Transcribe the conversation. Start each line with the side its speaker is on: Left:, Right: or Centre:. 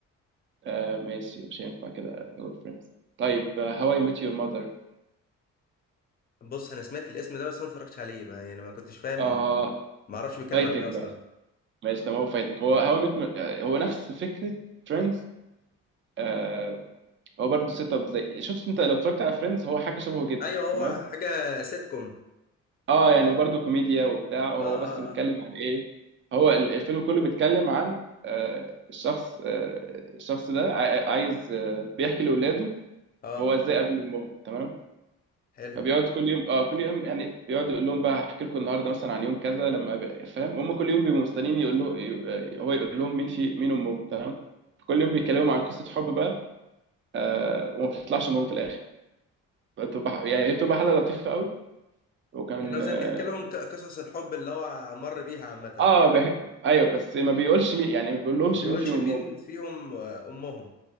Right: آه، ماشي مش هينفع كده نقول فريندز طيب هواي ميت يور ماذر
Left: بص انا سمعت الاسم ده بس انا ما اتفرجتش عليه ما يعني ما كنتش فاهم
Right: اه
Left: ما اعرفش بيتكلم
Right: فايتك
Left: عن ايه اصلا
Right: بقى ماشي تمام هو فايتك هو هو ميت هو نفس فكرة فريندز آه هو برضه سيت اب زي شفت انت لو اتفرجت على فريندز هو حاجة شبهه جدا
Left: ايوه هو
Right: تمام
Left: حاجه سيتكم
Right: اه يعني وبرضه كوميديا وبتاع هو
Left: اه اه
Right: بس بيتكلم
Left: اه
Right: عن ايه هو ال- الفيلم كله بيتكلم عن آه الشخص آه الشخص ده عاي- عايز آه بيحكي لاولاده
Left: اه
Right: هو ازاي قابل امهم تمام
Left: حلو
Right: فبيقعد كل يوم اه كل يوم يعني بيقعد يقول لهم بقى هحكي لكم النهارده مثلا عن يوم كذا لما ب- فاهم وهم كل يوم بيبقوا مستنيين يقول له ي- هو يقول لهم مين في مين امهم تمام كل يوم بيتكلموا عن قصه حب بقى آه وما بتطلعش امهم في الاخر بتبقى ح- يعني هي بتبقى حاله لطيفه قوي وكان
Left: يعني هو زي
Right: اه
Left: بيحكي لهم ق- قصص الحب اللي هو مر بيها عامه
Right: آه، بح... ايوه بس ما بيقولش مين يعني ما بيقولهمش
Left: ما بيقولش
Right: مين فيهم
Left: مين
Right: امهم
Left: فيهم آه، امهم